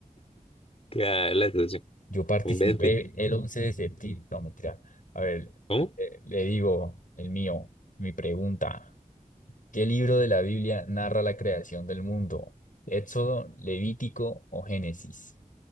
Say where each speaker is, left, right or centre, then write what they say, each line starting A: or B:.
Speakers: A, on the left; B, on the left.
A: Qué, la socio.
B: Yo participé
A: Invente.
B: el 11 de septiembre. No, mentira. A ver,
A: ¿Cómo?
B: le, le digo el mío, mi pregunta. ¿Qué libro de la Biblia narra la creación del mundo? ¿Éxodo, Levítico o Génesis?